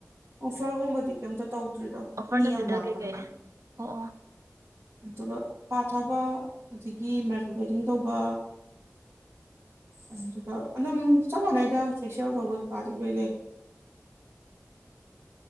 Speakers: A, on the right; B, on the right.
A: ꯑꯣꯐꯔꯒꯨꯝꯕꯗꯤ ꯀꯩꯝꯇ ꯇꯧꯗ꯭ꯔꯤꯗꯣ
B: ꯑꯣꯐꯔ
A: ꯃꯤ
B: ꯅꯠꯇꯦꯗ
A: ꯌꯥꯝ ꯂꯥꯛꯇꯕꯅꯤ
B: ꯀꯩꯀꯩ ꯑꯣ ꯑꯣ
A: ꯑꯗꯨꯒ ꯄꯥ ꯊꯥꯕ ꯑꯗꯒꯤ ꯃꯥꯏꯀ꯭ꯔꯣ ꯕꯦꯗꯤꯡ ꯇꯧꯕ ꯑꯗꯨꯒ ꯑꯗꯨꯝ ꯆꯞ ꯃꯥꯟꯅꯩꯗ ꯐꯦꯁꯤꯌꯦꯜ ꯇꯧꯕꯒꯤꯩꯀꯥꯗꯤ ꯂꯣꯏ ꯂꯩ